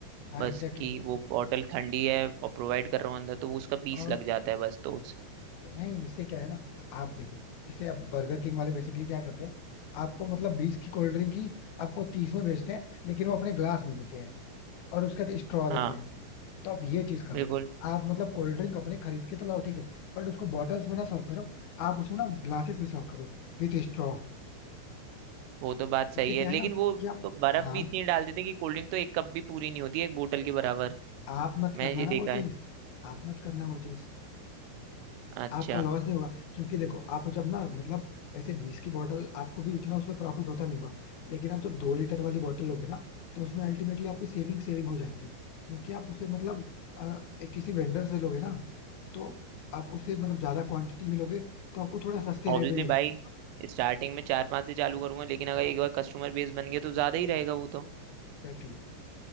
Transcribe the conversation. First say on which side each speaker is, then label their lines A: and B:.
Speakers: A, on the left; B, on the right.
A: हाँ
B: बस
A: एग्जैक्टली
B: कि
A: exactly.
B: वो बॉटल ठंडी है और प्रोवाइड कर रहा हूँ अंदर तो वो उसका बीस
A: और
B: लग जाता है बस तो उससे
A: नहीं इससे क्या है ना आप देखो जैसे अब बर्गर किंग वाले बेसिकली क्या करते हैं आपको मतलब बीस की कोल्ड ड्रिंक ही आपको तीस में बेचते हैं लेकिन वो अपने ग्लास में देते हैं और उसके साथ स्ट्रॉ देते
B: हाँ
A: हैं तो आप ये चीज करो
B: बिल्कुल
A: आप मतलब कोल्ड ड्रिंक अपने खरीद के तो लाओ ठीक है बट उसको बॉटल्स में ना सर्व करो आप उसमें ना ग्लासेस में सर्व करो विथ स्ट्रॉ
B: वो तो बात सही
A: इससे क्या
B: है लेकिन
A: है ना
B: वो
A: कि आप
B: तो बर्फ
A: हाँ
B: भी इतनी डाल देते हैं कि कोल्ड ड्रिंक तो एक कप भी पूरी नहीं होती है एक बोतल के बराबर
A: तो आप मत
B: मैंने
A: करना
B: ये
A: ना
B: देखा
A: वो
B: है
A: चीज आप मत करना वो चीज
B: अच्छा
A: आपका लॉस नहीं होगा क्योंकि देखो आप जब ना मतलब ऐसे बीस की बॉटल आपको भी इतना उसमें प्रॉफिट होता नहीं होगा लेकिन आप जब दो लीटर वाली बॉटल लोगे ना तो उसमें अल्टीमेटली आपकी सेविंग सेविंग हो जाएगी क्योंकि आप उसे मतलब अ, एक किसी वेंडर से लोगे ना तो आप उसे मतलब ज्यादा क्वांटिटी में लोगे तो आपको थोड़ा सस्ते
B: ऑब्वियसली
A: रेट में मिल
B: भाई
A: जाएगा
B: स्टार्टिंग में चार पांच से चालू करूंगा लेकिन अगर एक बार कस्टमर बेस बन गया तो ज्यादा ही रहेगा वो तो
A: एग्जैक्टली